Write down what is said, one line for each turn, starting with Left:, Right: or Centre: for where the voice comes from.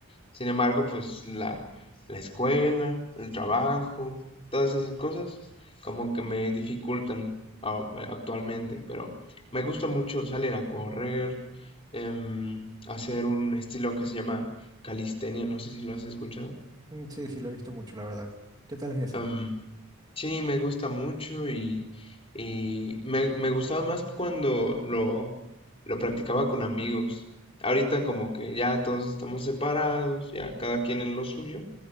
Left: Sin embargo, pues la, la escuela, el trabajo, todas esas cosas como que me dificultan a- actualmente, pero me gusta mucho salir a correr, em, hacer un estilo que se llama calistenia, no sé si lo has escuchado.
Right: Mm, Sí, sí, lo he visto mucho, la verdad. ¿Qué tal es
Left: Em,
Right: ese?
Left: Sí, me gusta mucho y, y me, me gustaba más cuando lo, lo practicaba con amigos. Ahorita como que ya todos estamos separados, ya cada quien en lo suyo,